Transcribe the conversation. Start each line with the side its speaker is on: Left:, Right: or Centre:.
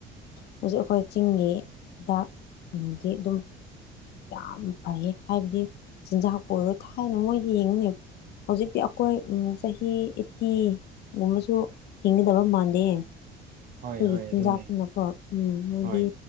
Left: ꯍꯧꯖꯤꯛ ꯑꯩꯈꯣꯏ ꯆꯤꯡꯒꯤ ꯍꯤꯗꯥꯛꯗꯤ ꯑꯗꯨꯝ ꯌꯥꯝ ꯐꯩꯌꯦ ꯍꯥꯏꯕꯗꯤ ꯆꯤꯟꯖꯥꯛꯄ ꯑꯣꯏꯔꯣ ꯊꯥꯏꯅ ꯃꯣꯏꯗꯤ ꯌꯦꯡꯉꯨꯅꯦꯕ ꯍꯧꯖꯤꯛꯇꯤ ꯑꯩꯈꯣꯏ ꯎ ꯆꯍꯤ ꯑꯦꯠꯇꯤ ꯨꯝꯃꯁꯨ ꯍꯤꯡꯒꯗꯕ ꯃꯥꯥꯟꯗ ꯑꯦ
Right: ꯍꯣꯏ
Left: ꯑꯩꯈꯣꯏꯒꯤ
Right: ꯍꯣꯏ
Left: ꯆꯤꯟꯖꯥꯛꯇꯨꯅꯀꯣ
Right: ꯑꯗꯨꯅꯤ
Left: ꯎꯝ ꯃꯣꯏꯗꯤ
Right: ꯍꯣꯏ